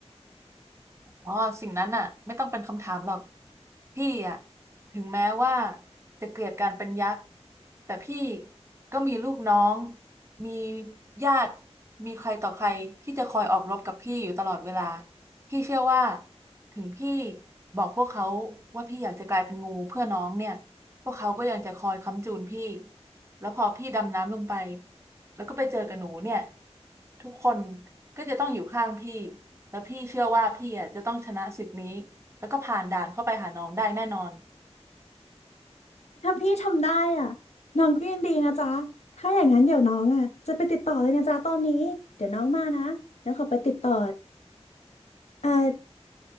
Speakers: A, on the right; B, on the left.
A: อ๋อสิ่งนั้นน่ะไม่ต้องเป็นคำถามหรอกพี่อะถึงแม้ว่าจะเกลียดการเป็นยักษ์แต่พี่ก็มีลูกน้องมีญาติมีใครต่อใครที่จะคอยออกรบกับพี่อยู่ตลอดเวลาพี่เชื่อว่าถึงพี่บอกพวกเขาว่าพี่อยากจะกลายเป็นงูเพื่อน้องเนี่ยพวกเขาก็ยังจะคอยค้ำจูนพี่ แล้วพอพี่ดำน้ำลงไปแล้วก็ไปเจอกับหนูเนี่ยทุกคนก็จะต้องอยู่ข้างพี่แล้วพี่เชื่อว่าพี่อ่ะจะต้องชนะศึกนี้แล้วก็ผ่านด่านเข้าไปหาน้องได้แน่นอน
B: ถ้าพี่ทำได้อ่ะน้องก็ยินดีนะจ๊ะถ้าอย่างนั้นเดี๋ยวน้องอ่ะจะไปติดต่อเลยนะจ๊ะตอนนี้ เดี๋ยวน้องมานะแล้วขอไปติดต่อเอ่อ